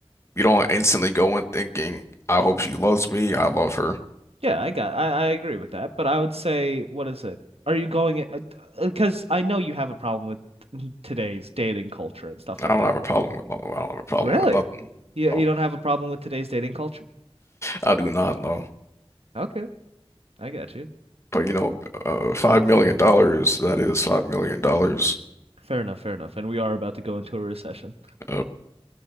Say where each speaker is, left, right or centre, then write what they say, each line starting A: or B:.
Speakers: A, on the left; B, on the right.
A: You don't instantly go in thinking, I hope she loves me, I love her.
B: Yeah, I got I, I agree with that, but I would say what is it? Are you going because I know you have a problem with today's dating culture and stuff like
A: I don't
B: that.
A: have a problem with no. I don't have a problem
B: Really?
A: with nothing.
B: You
A: No,
B: you don't have a problem with today's dating culture?
A: I do not know.
B: Okay, I got you.
A: But you know, uh, five million dollars, that is five million dollars.
B: Fair enough, fair enough. And we are about to go into a recession.
A: Uh,